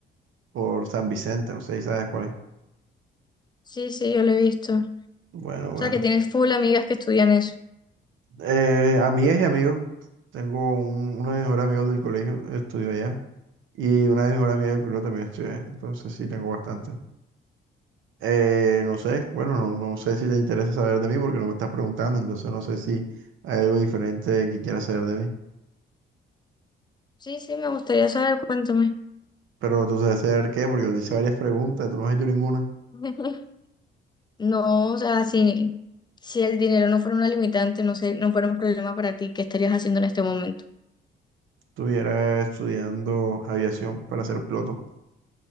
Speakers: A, on the right (about 75°); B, on the left (about 20°).
A: por San Vicente, no sé si sabes cuál es.
B: Sí, sí, yo lo he visto. O
A: Bueno, bueno.
B: sea, que tienes full amigas que estudian eso.
A: Eh, amigas y amigos, tengo un- uno de mis mejores amigos del colegio, estudió allá, y una de mis mejores amigas del colegio también estudió allá, entonces sí tengo bastante. Eh, no sé, bueno, no, no sé si te interesa saber de mí porque no me estás preguntando, entonces no sé si hay algo diferente que quieras saber de mí.
B: Sí, sí, me gustaría saber, cuéntame.
A: Pero tú sabes saber qué, porque yo te hice varias preguntas, tú no has hecho ninguna.
B: <laughs> No, o sea, si, si el dinero no fuera una limitante, no sé, no fuera un problema para ti, ¿qué estarías haciendo en este momento?
A: estuviera estudiando aviación para ser piloto.